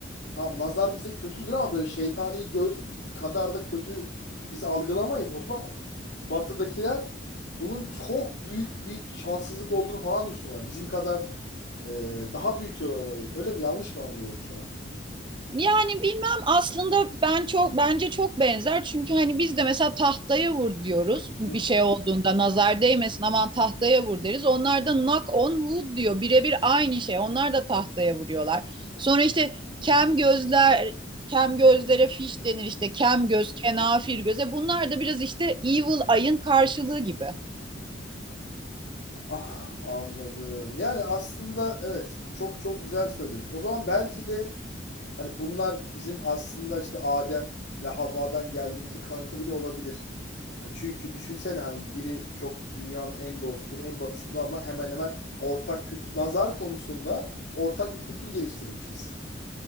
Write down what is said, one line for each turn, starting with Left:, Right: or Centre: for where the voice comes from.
Left: tamam nazar bize kötüdür ama böyle şeytani göz kadar da kötü biz algılamayız. O zaman batıdakiler bunun çok büyük bir şanssızlık olduğunu falan düşünüyorlar. Bizim kadar e, daha büyütüyorlar olayı. Öyle mi? Yanlış mı anlıyorum şu an?
Right: Yani bilmem aslında ben çok bence çok benzer çünkü hani biz de mesela tahtaya vur diyoruz bir
Left: Hı hı.
Right: şey olduğunda nazar değmesin aman tahtaya vur deriz. Onlar da knock on wood diyor birebir aynı şey onlar da tahtaya vuruyorlar. Sonra işte kem gözler kem gözlere fiş denir işte kem göz kenafir göze bunlar da biraz işte evil eye'ın karşılığı gibi.
Left: Ah, anladım. Yani aslında evet çok çok güzel söylüyorsun. O zaman belki de hani bunlar bizim aslında işte Adem'le Havva'dan geldiğimizin kanıtı bile olabilir. Ya Çünkü düşünsene hani biri çok dünyanın en doğusu, biri en batısında ama hemen hemen ortak kültür, nazar konusunda ortak bir kültür geliştirmişiz.